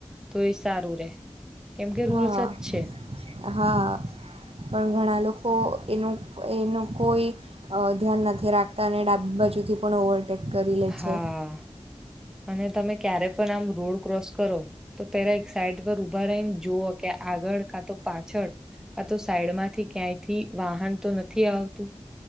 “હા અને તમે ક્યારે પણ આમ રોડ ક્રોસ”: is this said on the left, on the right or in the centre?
Centre